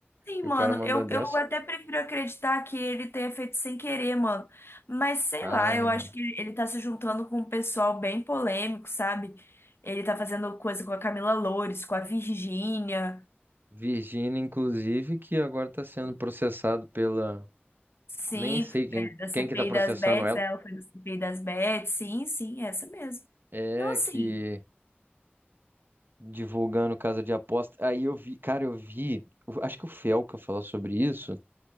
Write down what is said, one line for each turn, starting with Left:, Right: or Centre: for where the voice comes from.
Left: Sim,
Right: e
Left: mano,
Right: o cara manda
Left: eu,
Right: dessa.
Left: eu até prefiro acreditar que ele tenha feito sem querer, mano. Mas sei
Right: Ah,
Left: lá, eu acho que ele tá se juntando com um pessoal bem polêmico, sabe? Ele tá fazendo coisa com a Camila Loures, com a Virgínia,
Right: Virgínia, inclusive, que agora está sendo processado pela.
Left: sim,
Right: Nem sei quem,
Left: é, da CPI
Right: quem que tá processando
Left: das Bets,
Right: ela.
Left: né? ela foi da CPI das Bets, sim, sim, é essa mesmo.
Right: É,
Left: Então, assim,
Right: que divulgando casa de aposta. Aí eu vi, cara, eu vi. eu Acho que o Felca falou sobre isso.